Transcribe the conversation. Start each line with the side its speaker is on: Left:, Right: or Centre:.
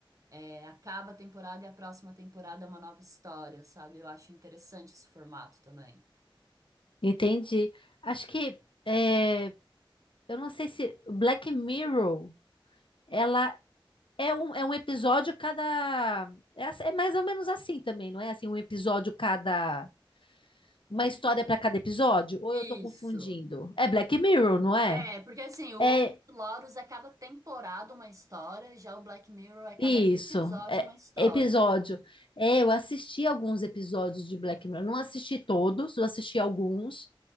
Right: É, acaba a temporada e a próxima temporada é uma nova história, sabe? Eu acho interessante esse formato também.
Left: Entendi. Acho que é, eu não sei se Black Mirror, ela é um, é um episódio cada. É, ass- é mais ou menos assim também, não é? Assim, um episódio cada. uma história para cada episódio? Ou
Right: Isso.
Left: eu tô confundindo? É Black Mirror, não é?
Right: É, é, porque assim, o
Left: É
Right: Lotus é cada temporada uma história, já o Black Mirror é cada
Left: isso.
Right: episódio
Left: É
Right: uma história.
Left: episódio. É, eu assisti alguns episódios de Black Mirror. Não assisti todos, eu assisti alguns.